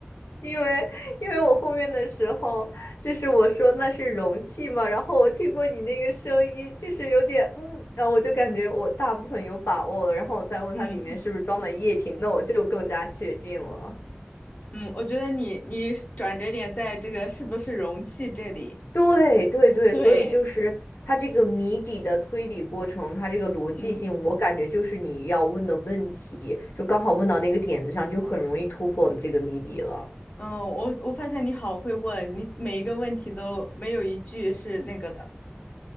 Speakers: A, on the left; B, on the left.
A: 因为因为我后面的时候，就是我说那是容器嘛，然后我听过你那个声音，就是有点嗯，然后我就感觉我大部分有把握了，然后我再问它里面是不是装的液体，
B: 嗯
A: 那我就更加确定了。
B: 嗯，我觉得你你转折点在这个是不是容器这里？
A: 对对对，
B: 对，
A: 所以就是它这个谜底的推理过程，它这个逻辑性，
B: 嗯
A: 我感觉就是你要问的问题，就刚好问到那个点子上，就很容易突破这个谜底了。
B: 嗯，我我发现你好会问，你每一个问题都没有一句是那个的，